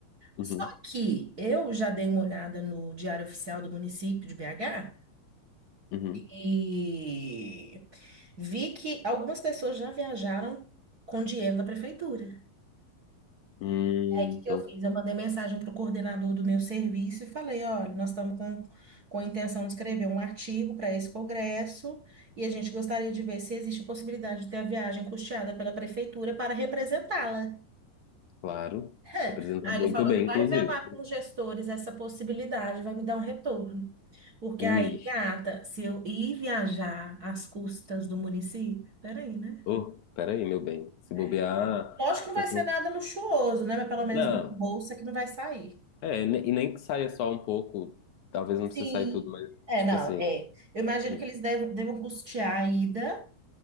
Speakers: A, on the left; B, on the right.
A: Uhum.
B: Só que eu já dei uma olhada no Diário Oficial do município de BH
A: Uhum.
B: e vi que algumas pessoas já viajaram com dinheiro da prefeitura.
A: Hum,
B: Aí, o que
A: então,
B: que eu fiz? Eu mandei mensagem para o coordenador do meu serviço e falei: olha, nós estamos com, com a intenção de escrever um artigo para esse congresso e a gente gostaria de ver se existe a possibilidade de ter a viagem custeada pela prefeitura para representá-la.
A: claro.
B: <laughs>
A: Representa
B: Aí
A: muito
B: ele falou
A: bem,
B: que vai
A: inclusive.
B: velar com os gestores essa possibilidade, vai me dar um retorno. Porque
A: Ui.
B: aí, gata, se eu ir viajar às custas do município, peraí, né?
A: Oh, peraí, meu bem. Se bobear.
B: É. Lógico que não
A: tá
B: vai
A: com-
B: ser nada luxuoso, né? Mas pelo menos
A: Não,
B: bolsa que não vai sair.
A: é, ne- e nem que saia só um pouco. Talvez não
B: Sim.
A: precise sair tudo, mas,
B: É,
A: tipo
B: não,
A: assim.
B: é. Eu imagino
A: Uhum,
B: que eles devam, devam custear a ida,